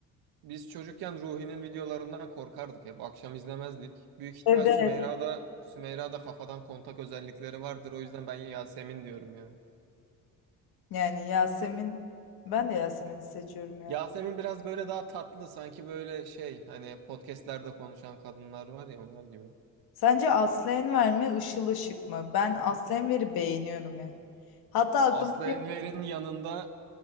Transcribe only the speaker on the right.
biz çocukken Ruhi'nin videolarından korkardık hep. Akşam izlemezdik. Büyük ihtimal
Sümeyra'da Sümeyra'da kafadan kontak özellikleri vardır. O yüzden ben Yasemin diyorum ya.
Yasemin biraz böyle daha tatlı sanki böyle şey hani podcastlerde konuşan kadınlar var ya onlar gibi.
Aslı
Enver'in yanında